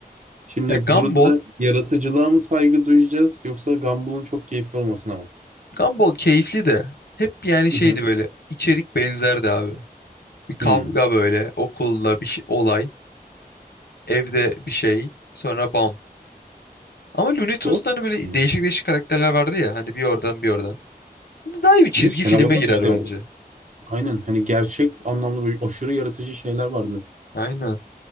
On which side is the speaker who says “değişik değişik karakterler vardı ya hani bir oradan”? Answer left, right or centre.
Left